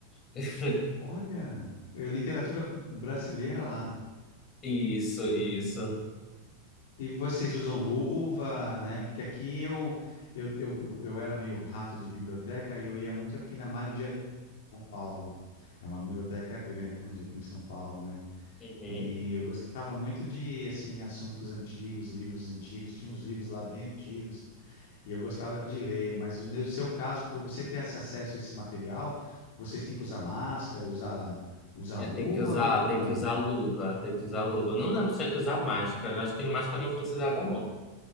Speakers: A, on the left (about 25°); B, on the left (about 55°).
A: <laughs>
B: Olha, é literatura brasileira lá.
A: Isso, isso.
B: E vocês usam luva, né? Porque aqui eu, eu, eu, eu eu era meio rato de biblioteca, eu ia muito aqui na Mário de São Paulo. É uma biblioteca grande aqui em São Paulo, né?
A: Uhum.
B: E eu gostava muito de, assim, assuntos antigos, livros antigos. Tinha uns livros lá bem antigos e eu gostava de ler. Mas no seu caso, para você ter esse acesso a esse material, vocês têm que usar máscara, usar, usar
A: É,
B: luva
A: tem que usar,
B: ou não?
A: tem que usar luva, tem que usar luva. Eu não lembro se tinha que usar máscara. Acho que máscara não precisava, não.
B: Tá.